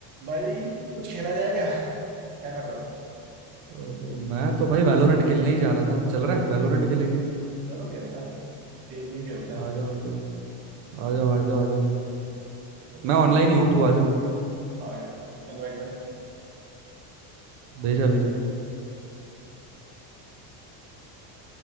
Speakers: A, on the right; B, on the right.
A: भाई कुछ खेला जाए क्या क्या कर रहे हो
B: ओ, मैं तो भाई वैलोरेंट खेलने ही जा रहा था चल रहा है वैलोरेंट खेलेंगे
A: चलो खेलता है एक गेम खेलता है
B: आ जाओ आ जाओ आ जाओ आ जाओ आ जाओ
A: ठीक हो
B: मैं ऑनलाइन ही हूँ तू आ जा
A: गया। आ गया इनवाइट करना
B: भेजा भेजा